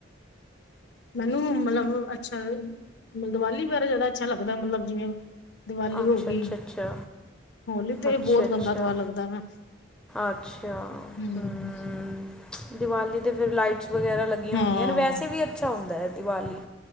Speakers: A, on the left (about 55°); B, in the centre.
A: ਮੈਨੂੰ ਮਤਲਬ ਅੱਛਾ, ਮਤਲਬ ਦੀਵਾਲੀ ਬਾਰੇ ਜ਼ਿਆਦਾ ਅੱਛਾ ਲੱਗਦਾ ਮਤਲਬ ਜਿਵੇਂ ਦੀਵਾਲੀ
B: ਅੱਛਾ
A: ਹੋ ਗਈ,
B: ਅੱਛਾ ਅੱਛਾ
A: ਹੋਲੀ ਤੇ
B: ਅੱਛਾ
A: ਬਹੁਤ
B: ਅੱਛਾ
A: ਗੰਦਾ ਤਿਉਹਾਰ ਲੱਗਦਾ ਵਾ।
B: ਅੱਛਾ,
A: ਹਮ
B: ਹੂੰ ਦੀਵਾਲੀ ਤੇ ਫਿਰ ਲਾਈਟਸ ਵਗੈਰਾ ਲੱਗੀਆਂ
A: ਹਾਂ
B: ਹੁੰਦੀਆਂ ਨਾ, ਵੈਸੇ ਵੀ ਅੱਛਾ ਹੁੰਦਾ ਹੈ ਦੀਵਾਲੀ।